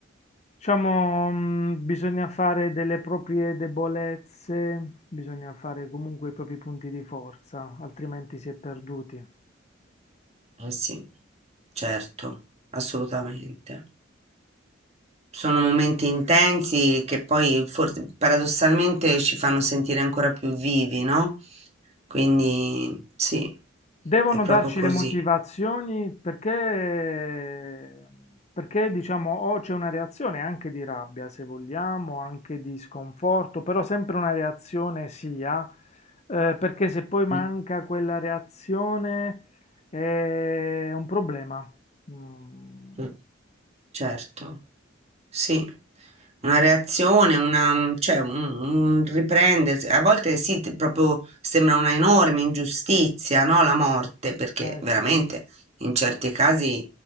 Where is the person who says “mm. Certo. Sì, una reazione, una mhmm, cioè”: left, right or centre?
Right